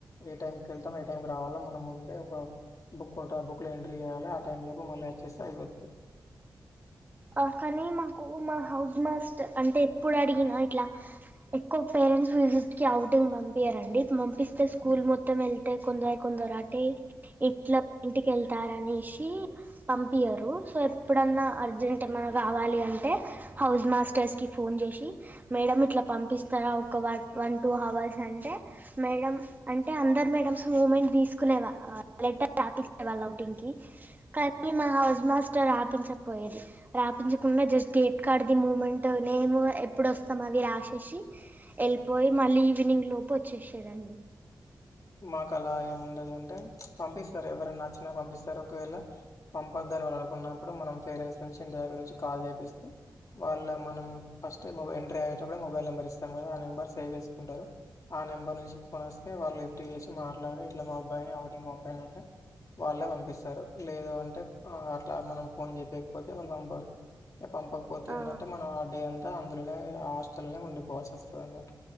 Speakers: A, on the left; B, on the right.
A: ఏ టైంకి వెళ్తాం ఏ టైంకి రావాలో మనం ముందే ఒక బుక్ ఉంటది ఆ బుక్లో ఎంట్రీ చేయాలి ఆ టైమ్ లోపూ మళ్ళీ వచ్చేస్తే అయిపోతది
B: ఆ కానీ మాకు మా హౌస్ మాస్ట్ అంటే ఇప్పుడు అడిగినా ఇట్లా ఎక్కువ పేరెంట్స్ విజిట్ కి అవుటింగ్ పంపియరండి పంపిస్తే స్కూల్ మొత్తం వెళ్తే కొందరు కొందరురాటే ఇట్లా ఇంటికేళ్తారనేసి పంపియరు సో ఎప్పుడన్నా అర్జెంట్ టె ఏమన్నా కావాలి అంటే హౌస్ మాస్టర్స్ కి ఫోన్ చేసి మేడం ఇట్లా పంపిస్తారా ఒక వన్ టూ హవర్స్ అంటే మేడం అంటే అందరు మేడంస్ మూమెంట్ తీసుకునేవా లెటర్ రాపించేవాళ్ళు ఔటింగ్ కి కానీ మన హౌస్ మాస్టర్ రాపించకపోయేది రాపించకుండా జస్ట్ గేట్ కాడది మూమెంట్ మేము ఎప్పుడు వస్తాం అవి రాసేసి ఏళ్ళిపోయి మళ్ళీ ఈవినింగ్ లోపు వచ్చేసేదండి
A: మాకు అలా ఏముండదు అంటే పంపిస్తారు ఎవరైనా నచ్చినా పంపిస్తారు ఒకవేళ పంపద్ధు అని వాళ్ళు అనుకున్నప్పుడు మనం పేరెంట్స్ నుంచి ఇంటి దగ్గర నుంచి కాల్ చేపిస్తే వాళ్ళ మనం ఫస్ట్ టైమ్ ఎంట్రీ అయ్యేటప్పుడే మొబైల్ నెంబర్ ఇస్తాం కదా ఆ నెంబర్ సేవ్ చేసుకుంటారు ఆ నెంబర్ నుంచి ఫోన్ వస్తే వాళ్ళు చేసి మాట్లాడి ఇట్లా మా అబ్బాయిని ఔటింగ్కి పంపియండి అంటే వాళ్ళే పంపిస్తారు లేదు అంటే అట్లా మనం ఫోన్ చెయకపోతే వాళ్ళు పంపియారు పంపకపోతే
B: ఆ
A: ఎందంటే మనం ఆ డే అం అందులోనే ఆ హాస్టల్నే ఉండిపోవాల్సి వస్తది అన్నట్టు